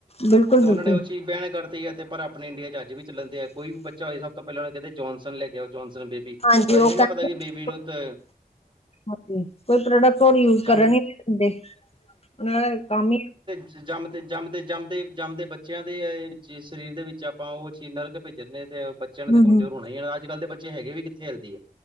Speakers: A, on the left; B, on the right.
A: ਬਿਲਕੁਲ
B: ਤੇ
A: ਬਿਲਕੁਲ
B: ਉਹਨਾਂ ਨੇ ਉਹ ਚੀਜ਼ ਬੈਨ ਕਰਤੀ ਏ ਤੇ ਪਰ ਆਪਣੇ ਇੰਡੀਆ ਚ ਅੱਜ ਵੀ ਚੱਲਣ ਦੇ ਆ ਕੋਈ ਵੀ ਬੱਚਾ ਬੱਚਾ ਹੋਏ ਸਭ ਤੋਂ ਪਹਿਲਾਂ ਉਹਨੂੰ ਕਹਿੰਦੇ ਜੋਨਸਨ ਲੈ ਕੇ ਆਓ ਜੋਨਸਨ ਬੇਬੀ
A: ਹਾਂਜੀ
B: ਪਰ
A: ਉਹ
B: ਇਹ ਨੀ ਨਾ
A: ਕਹਿੰਦੇ
B: ਪਤਾ ਕਿ ਬੇਬੀ ਨੂੰ ਤੇ
A: ਕੋਈ ਪ੍ਰੋਡਕਟ ਹੋਰ ਯੂਜ
B: ਜੰਮ
A: ਕਰਨ ਨਹੀ ਦਿੰਦੇ ਉਹਨਾਂ ਦਾ ਕੰਮ ਹੀ
B: ਜੰਮਦੇ-ਜੰਮਦੇ ਜੰਮਦੇ ਜੰਮਦੇ ਬੱਚਿਆਂ ਦੇ ਇਹ ਸਰੀਰ ਦੇ ਵਿੱਚ ਆਪਾਂ ਉਹ ਚੀਜ਼ ਨਰਕ ਭੇਜਣਦੇ ਹਾਂ ਤੇ ਬੱਚਿਆਂ ਨੇ ਤਾਂ
A: ਹੂੰ
B: ਕਮਜ਼ੋਰ
A: ਹੂੰ
B: ਹੋਣਾ ਹੀ ਆ ਅੱਜ ਕੱਲ ਦੇ ਬੱਚੇ ਹੈਗੇ ਵੀ ਕਿੱਥੇ ਹੈਲਦੀ ਆ